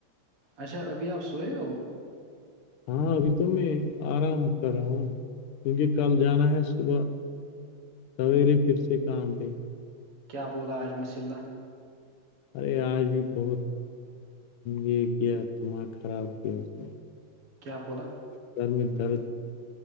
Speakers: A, on the right; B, on the left.
A: اچھا ابھی آپ سوئے ہو
B: ہاں ابھی تو میں آرام کر رہا ہوں کیونکہ کل جانا ہے صبح سویر پھر سے کام د
A: کیا بوللا آجمس اللہ
B: ارے آج بھی بہت یہ کیا دماغ خراب کیا اس میں
A: کیا بوللا
B: سر میں درد